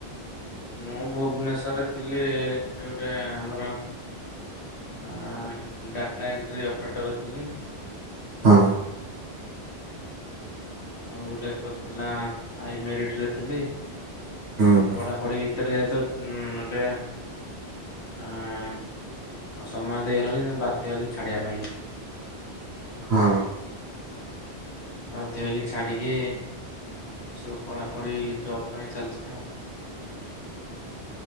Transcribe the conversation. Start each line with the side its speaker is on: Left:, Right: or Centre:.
Left: ମୁଁ ଭୁବନେଶ୍ଵରରେ ଥିଲି ସେ ଗୋଟେ ଆମର ଆଁ ଡାଟା ଏଣ୍ଟ୍ରି ଅପରେଟର ଥିଲି
Right: ହଁ।
Left: ଆଉ ଗୋଟେ ତ ଥିଲା ଆଇ ମେରିଟ୍ ରେ ଥିଲି ଏସବୁ
Right: ହୁଁ
Left: ପଢାପଢି ଭିତରେ ଯାଏ ତ ଉ ଗୋଟେ ଆଁ ଆଉ ସମୟ ଦେଇହେଲାନି ବାଧ୍ୟ ହେଲି ଛାଡିବା ପାଇଁ।
Right: ହଁ।
Left: ବାଧ୍ୟ ହେଇକି ଛାଡିକି ଏସବୁ ପଢାପଢି ଜବ୍ ପାଇଁ ଚାଲିଚି ଆଉ।